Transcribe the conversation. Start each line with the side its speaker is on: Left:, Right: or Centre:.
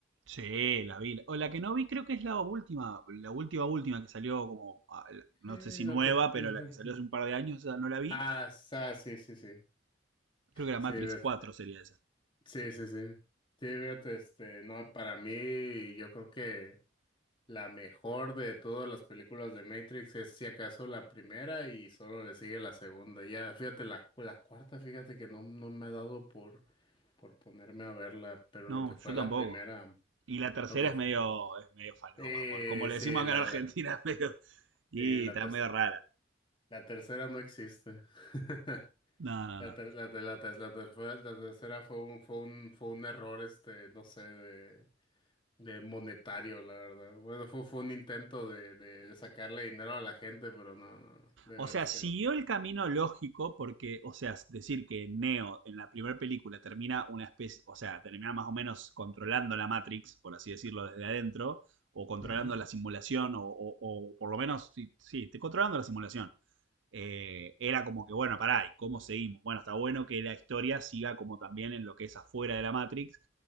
Right: Sí, la vi. O la que no vi creo que es la última, la última última que salió como, ah, la- no
Left: Eh,
Right: sé si
Left: no,
Right: nueva,
Left: tan-
Right: pero
Left: no fue
Right: la que
Left: tanto.
Right: salió hace un par de años, esa no la vi.
Left: Ah, sa- sí, sí, sí.
Right: Creo que la
Left: Sí,
Right: Matrix
Left: ve-
Right: cuatro sería esa.
Left: sí, sí, sí. Sí, fíjate, este, no, para mí, yo creo que. La mejor de todas las películas de Matrix es si acaso la primera y solo le sigue la segunda. Ya, fíjate, la, la cuarta, fíjate que no, no me ha dado por, por ponerme a verla, pero
Right: No,
Left: lo que fue
Right: yo tampoco.
Left: la primera,
Right: Y la tercera
Left: lo que fue,
Right: es medio, es medio falopa,
Left: eh,
Right: por como le
Left: sí,
Right: decimos
Left: la,
Right: acá en Argentina,
Left: la,
Right: <laughs> es medio, y
Left: sí, la,
Right: está
Left: ter-
Right: medio rara.
Left: la tercera no existe. <laughs>
Right: No, no,
Left: La,
Right: no.
Left: ter- la, ter- la, ter- la ter- fue- la tercera fue un, fue un, fue un error, este, no sé, de, de monetario, la verdad. Bueno, fue, fue un intento de, de, de sacarle dinero a la gente, pero no, no, no, de
Right: O
Left: veras
Right: sea, siguió
Left: que no.
Right: el camino lógico porque, o sea, decir que Neo en la primera película termina una especie, o sea, termina más o menos controlando la Matrix, por así decirlo, desde adentro, o controlando
Left: Ujú, ujú,
Right: la simulación, o, o- o por lo menos, sí, sí, te- controlando la simulación eh, era como que, bueno, pará, ¿y cómo seguimos? Bueno, está bueno que la historia siga como también en lo que es afuera de la Matrix,